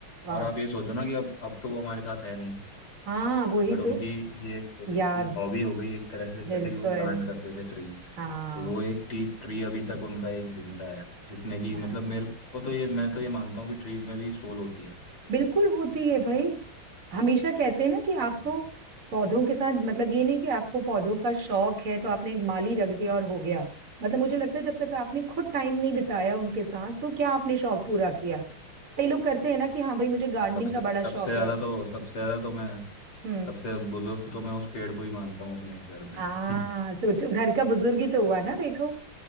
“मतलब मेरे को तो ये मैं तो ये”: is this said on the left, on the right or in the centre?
Left